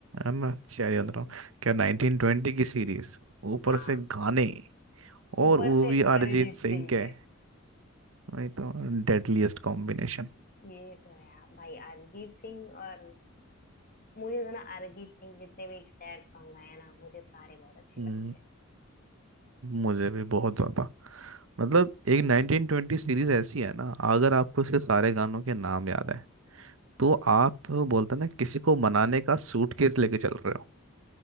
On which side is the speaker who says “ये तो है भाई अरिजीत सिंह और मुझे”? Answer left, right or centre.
Left